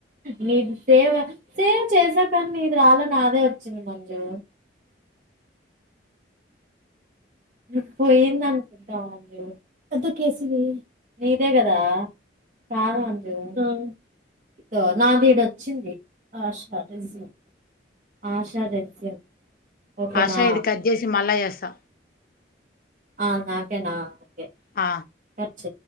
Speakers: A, on the right; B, on the left.
A: నీది సేవ సేవ్ చేసాకనీ నీది రాల నాదే వచ్చింది మంజు హ పోయింది అంటావు వద్దు కీసు ఇదే కదా కాదు అండ్రి ఆ ఇదో నాది ఈడొచ్చింది ఆశ రెజ్యూమ్ ఆశా రెస్యూమ్ ఓకేనా
B: ఆశ ఇది కట్ చేసి మళ్ళా చేస్తా
A: ఆ హా నాకేనా ఓకే
B: ఆ
A: చె